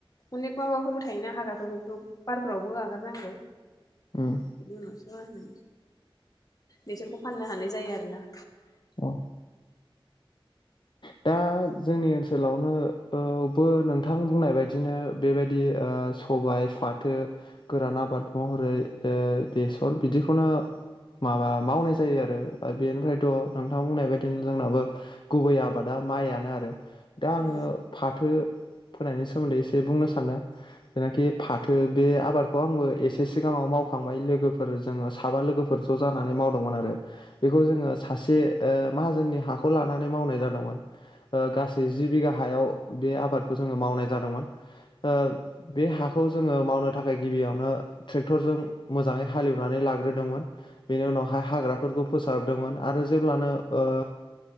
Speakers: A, on the left; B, on the left.
A: अनेक माबाफोरबो थायोना हाग्राफोर बेफोर बारफोरावबो आगारनांगौ
B: ओम
A: बिनि उनावसो मा होनो बेसरखौ फाननो हानाय जायो आरोना
B: औ दा जोंनि ओनसोलावनो बोव बो नोंथां बुंनाय बायदिनो बेबायदि ओ सबाय फाथो गोरान आबाद महरै ओ बेसर बिदिखौनो माबा मावनाय जायो आरो ओ बेनिफ्रायथ' नों नोंथा बुंनाय बायदिनो जोंनाबो गुबै आबादा माइयनो आरो दा आङो
A: उम
B: फाथो फोनायनि सोमोन्दै एसे बुंनो सानोदों जेनाखि फाथो बे आबादखौ आंबो एसे सिगाङाव मावखांबाय लोगोफोर जोङो साबा लोगोफोर ज' जानानै मावदोंमोन आरो बेखौ जोङो सासे ओ माहाजोननि हाखौ ला नानै मावनाय जादोंमोन ओ गासै जि बिघा हायाव बे आबादखौ जोङो मावनाय जादोंमोन ओ बे हा खौ जोङो मावनो थाखाय गिबियावनो ट्रेक्टरजों मोजाङै हालेवनानै लाग्रोदोंमोन बेनि उनावहाय हाग्राफोरखौ फोसाबदोंमोन आरो जेब्लानो ओ